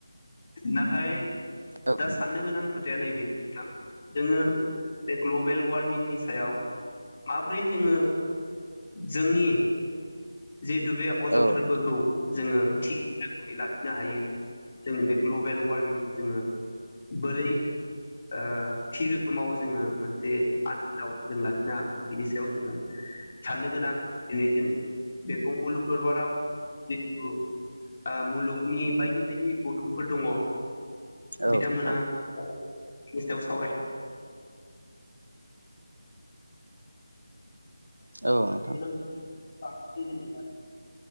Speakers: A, on the left; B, on the right.
A: नाथाय
B: औ
A: दा साननो गोनां खोथाया नैबेनो नोंथां जोङो बे ग्लबेल वार्मिंनि सायाव माब्रै जोङो जोंनि जिहेतु बे अजनथोरफोरखौ
B: औ नोंथां औ नोंथां
A: जोङो थि रोखोमै लाखिनो हायो जोंनि बे ग्लबेल वार्मिंखौ जोङो बोरै ओ थि रोखोमाव जोङो मोनसे आन्खोलाव जों लाखिनो हागोन बिनि सायाव जोङो साननो गोनां दिनै जों बेखौ मुलुग दरबाराव जिथु मुलुगनि बायदि बायदि गौथुमफोर दङ
B: औ
A: बिथांमोना
B: नोंथां औ
A: निस्थायाव सावरायनो
B: नोंथां
A: गोनांथिनि बांसिनै जेनेबा